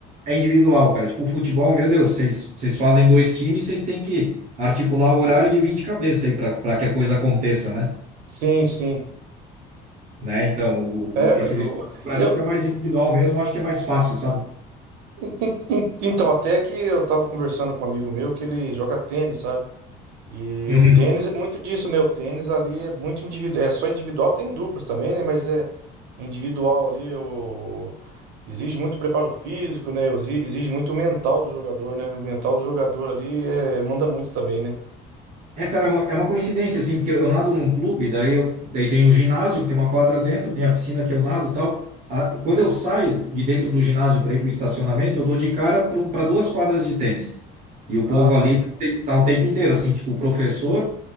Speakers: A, on the right (about 45°); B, on the right (about 80°).
A: É individual, cara. Tipo, futebol, meu Deus, vocês vocês fazem dois times, vocês têm que articular o horário de 20 cabeças aí para para que a coisa aconteça, né?
B: Sim, sim.
A: né? Então, o-
B: É,
A: esses
B: mas eu,
A: esportes que eu pratico
B: eu
A: é mais individual mesmo, eu acho que é mais fácil, sabe?
B: en- en- en- então até que eu tava conversando com um amigo meu que ele joga tênis, sabe? E
A: Uhum.
B: o tênis é muito disso, né? O tênis ali é muito individual, é só individual, tem duplos também, né? Mas é individual ali, o... exige muito preparo físico, né? Exi- Exige muito o mental do jogador, né? O mental do jogador ali é... manda muito também, né?
A: É, cara, é uma, é uma coincidência, assim, porque eu nado num clube, daí, eu, daí tem o ginásio, que tem uma quadra dentro, tem a piscina que eu nado e tal. Ah, quando eu saio de dentro do ginásio para ir para o estacionamento, eu dou de cara para duas quadras de tênis. E o
B: Ah,
A: povo
B: sim.
A: ali tá, o te- tá o tempo inteiro, assim, tipo, o professor